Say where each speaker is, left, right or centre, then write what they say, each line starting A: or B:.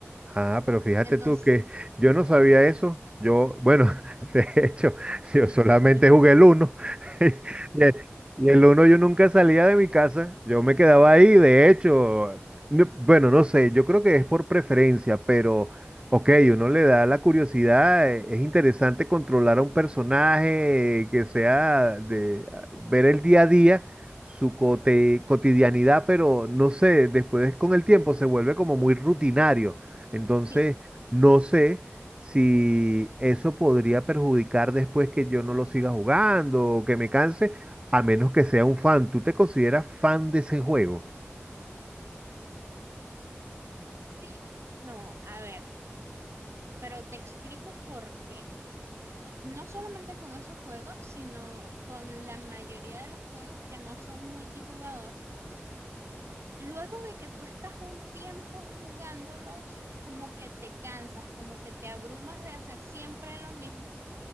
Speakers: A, on the right; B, on the right.
A: Ah, pero fíjate
B: Entonces,
A: tú que yo no sabía eso. Yo, bueno, <laughs> de hecho, yo
B: <laughs>
A: solamente jugué el uno. <laughs> Y el, y el uno yo nunca salía de mi casa. Yo me quedaba ahí, de hecho. no- bueno, no sé, yo creo que es por preferencia, pero, ok, uno le da la curiosidad. eh, Es interesante controlar a un personaje eh, que sea de ah, ver el día a día, su cote- cotidianidad, pero no sé, después con el tiempo se vuelve como muy rutinario. Entonces,
B: sí.
A: no sé si eso podría perjudicar después que yo no lo siga jugando o que me canse, a menos que sea un fan. ¿Tú te consideras fan de ese juego?
B: Sí y no, a ver, mm, pero te explico por qué. No solamente con esos juegos, sino con la mayoría de los juegos que no son multijugador. Luego de que tú estás un tiempo jugándolos, como que te cansas, como que te abrumas de hacer siempre lo mismo